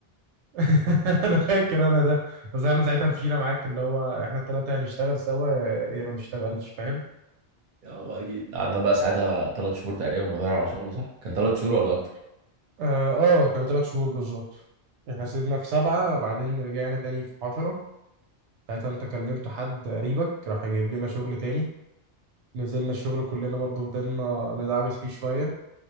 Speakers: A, on the right; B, on the right.
A: <laughs> انا فاكر انا ده بس احنا ساعتها مشينا معاك اللي هو احنا الثلاثه هنشتغل سوا يا ما نشتغلش فاهم
B: اه اكيد قعدنا بقى ساعتها ثلاث شهور تقريبا بدور على شغل صح كان ثلاث شهور ولا اكتر
A: اه آه، كانوا ثلاث شهور بالظبط احنا سيبنا في سبعة بعدين رجعنا تاني في عشرة ساعتها انت كلمت حد قريبك راح جايب لنا شغل تاني نزلنا الشغل كلنا برضه فضلنا ندعبس فيه شوية